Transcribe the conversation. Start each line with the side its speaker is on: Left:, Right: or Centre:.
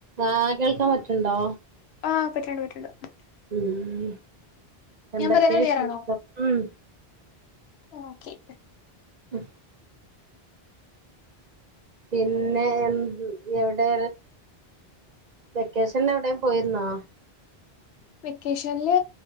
Right: ആ കേൾക്കാൻ പറ്റ്ണ്ടോ
Left: ആഹ് <unintelligible>
Right: ഉം എന്തൊ
Left: ഞാൻ പറയുന്നത്
Right: കേ
Left: ക്ലിയറാണോ
Right: <unintelligible> മ്
Left: ഓക്കെ
Right: ഉം പിന്നെ എ എവിടെ വെക്കേഷൻ എവിടെയും പോയിരുന്നോ
Left: വെക്കേഷനില്